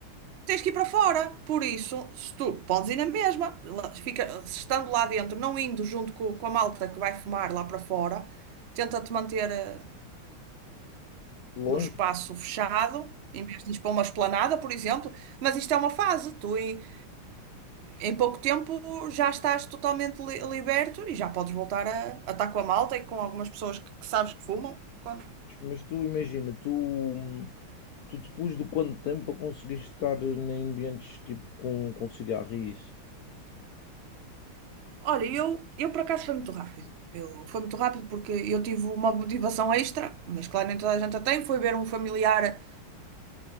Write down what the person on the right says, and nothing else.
tens que ir para fora, por isso, se tu podes ir na mesma, lá- fica, se estando lá dentro, não indo junto co- com, a malta que vai fumar lá para fora, tenta-te manter eh,
no espaço fechado, em vez de ir para uma esplanada, por exemplo, mas isto é uma fase, tu, e- em pouco tempo já estás totalmente li- liberto e já podes voltar a, a estar com a malta e com algumas pessoas que, que sabes que fumam. Quando...
Olha, eu, eu por acaso foi muito rápido. Eu, foi muito rápido porque eu tive uma motivação extra, mas claro, nem toda a gente a tem. Foi ver um familiar